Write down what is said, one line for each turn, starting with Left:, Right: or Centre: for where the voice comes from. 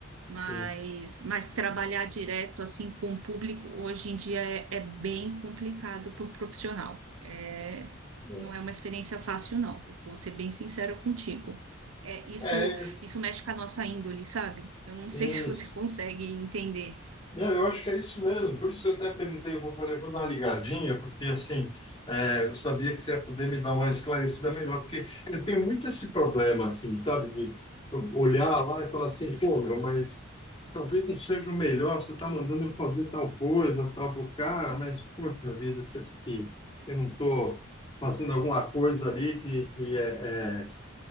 Right: Mas,
Left: Uhum.
Right: mas trabalhar direto assim com o público hoje em dia é, é bem complicado para o profissional. É,
Left: Uhum.
Right: não é uma experiência fácil, não. Vou ser bem sincera contigo. É, isso,
Left: É,
Right: isso mexe com a nossa índole, sabe? Eu não
Left: É,
Right: sei <laughs> se você
Left: Isso.
Right: consegue entender.
Left: Não, eu acho que é isso mesmo. Por isso eu até perguntei, eu vou, falei, vou dar uma ligadinha, porque assim, é, eu sabia que você ia poder me dar uma esclarecida melhor, porque eu tenho muito esse problema, assim, sabe, de olhar lá e falar assim, pô, meu, mas talvez não seja o melhor, você está mandando eu fazer tal coisa, tal pro cara, mas, poxa vida, será que eu não estou fazendo alguma coisa ali que, que é, é